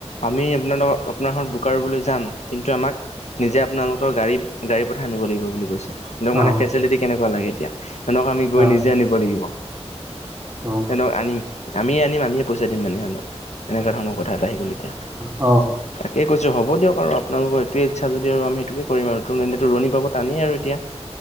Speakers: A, on the left (about 85°); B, on the right (about 15°).
A: আমি আনালগত আপোনাৰ খন বুক কাৰোবালৈ যাম কিন্তু আমাক নিজে আপোনালোকৰ গাড়ী - গাড়ী পঠাই আনিব লাগিব বুলি কৈছে। সেহতক
B: অ
A: মানে ফেচিলিটি কেনেকুৱা লাগে এতিয়া সিহঁতক আমি
B: অ
A: গৈ নিজে আনিব লাগিব।
B: অ',
A: সিহতক আনিম আমিয়ে আনিম আমিয়ে পইচা দিমহে সেহঁতক এনেকুৱা ধৰণৰ কথা এটা আহিল এতিয়া।
B: অ',
A: তাকে কৈছো হ'ব দিয়ক আৰু আপোনালোকৰ এইটোৱে ইচ্ছা যদি আৰু আমি সেইটোকে কৰিম আৰু ত এনেইটো ৰুয়নি পাব টানেই আৰু এতিয়া।